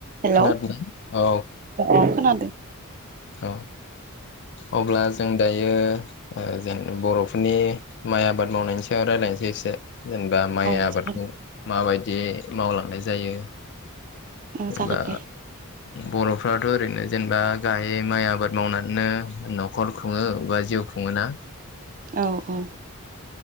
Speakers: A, on the right; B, on the left.
A: हेल'
B: खोनादोंना
A: औ
B: औ
A: आ खोनादों
B: औ अब्ला जों दायो ओ जेन बर'फोरनि माइ आबाद मावनायनि सायाव रायजलायसै एसे जेनेबा माइ
A: औ
B: आबादखौ
A: जागोन
B: माबायदि बिदि मावलांनाय जायो
A: ओं
B: जेनेबा
A: सागोन दे
B: बर'फ्राथ' ओरैनो जेनेबा गायै माइ आबाद मावनानैनो न'खर खुङो बा जिउ खुङोना
A: औ औ